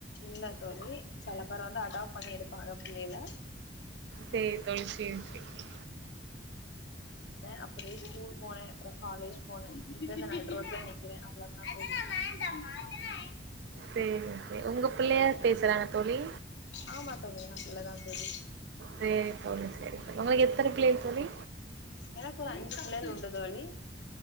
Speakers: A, on the left; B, on the right.
A: இல்ல தோழி சில பேர் வந்து அடாப்ட் பண்ணி எடுப்பாங்க பிள்ளைில
B: சேரி தோழி சேரி சேரி
A: அப்டியே ஸ்கூல் போனேன் அப்புறம் காலேஜ் போனே இப்ப நடு ரோட்டுல நிக்கிற அவ்ளோதா தோழி <unintelligible>
B: செரி செரி உங்க பிள்ளையா பேசுறாங்க தோழி
A: ஆமா தோழி ஏ பிள்ளதா தோழி
B: சேரி தோழி சேரி தோழி உங்களுக்கு எத்தன பிள்ளைகள் தோழி
A: எனக்கு ஒரு அஞ்சு பிள்ளைல் உண்டு தோளி